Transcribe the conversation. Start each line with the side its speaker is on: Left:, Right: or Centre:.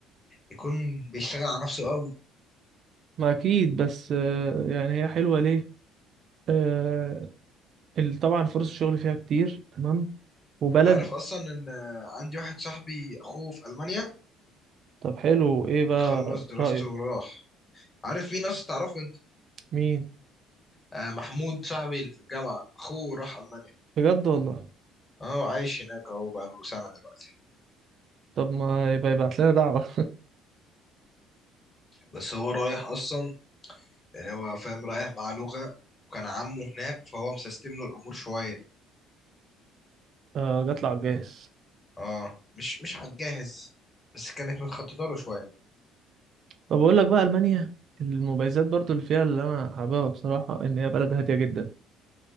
Left: يكون بيشتغل على نفسه قوي
Right: ما أكيد بس آه، يعني هي حلوة ليه آه، ال- طبعا فرص الشغل فيها كتير تمام وبلد
Left: انت عارف اصلا ان عندي واحد صاحبي اخوه في المانيا
Right: طب حلو إيه بقى
Left: خلص دراسته
Right: رأيك
Left: وراح عارف مين ناس تعرفه
Right: مين
Left: آه، محمود صاحبي اللي في الجامعة أخوه راح ألمانيا
Right: بجد والله
Left: أهو عايش هناك أهو بقاله سنة دلوقتي
Right: طب ما يبقى يبعت لنا دعوة
Left: بس هو رايح أصلا يعني هو فاهم رايح مع لغة وكان عمه هناك فهو مسستم له الأمور شوية
Right: <laughs> آه، جات على الجاهز
Left: أه مش مش على الجاهز بس كانت متخططة له شوية
Right: طب أقول لك بقى ألمانيا المميزات برضو اللي فيها اللي أنا حاببها بصراحة إن هي بلد هادية جدا